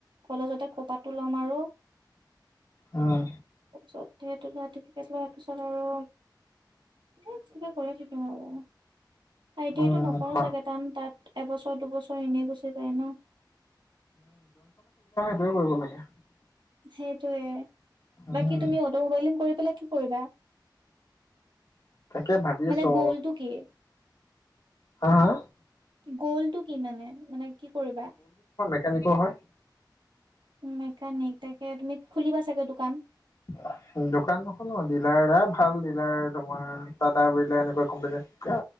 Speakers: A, on the right (about 75°); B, on the left (about 50°).
A: কলেজতে খোপাটো লম আৰু
B: উম
A: তাৰ পিছত চাৰ্টিফিকেট লোৱাৰ পিছত আৰু এ কিবা কৰি থাকিম আৰু আইটিআইটো
B: উম
A: ন
B: কোৱা।
A: চাগে টান তাত এবছৰ দুবছৰ এনেই গুচি যায় ন।
B: কিয় কৰিব লাগে?
A: সেইটোয়ে
B: উম
A: বাকী তুমি অটোমোবাইলিং কৰি পেলাই কি কৰিবা?
B: তাকে ভাবি
A: মানে
B: আছো।
A: গ'লটো কি
B: হা-হা?
A: গ'লটো কি মানে-মানে কি কৰিবা?
B: কেনেকুৱা হয়?
A: মেকানিক। তাকে তুমি খুলিবা চাগে দোকান?
B: হয় <unintelligible> <unintelligible> দোকান নুখুলো, ডিলাৰ এটা ভাল ডিলাৰ তোমাৰ টাটা বিৰলা এনেকুৱা কোম্পনীত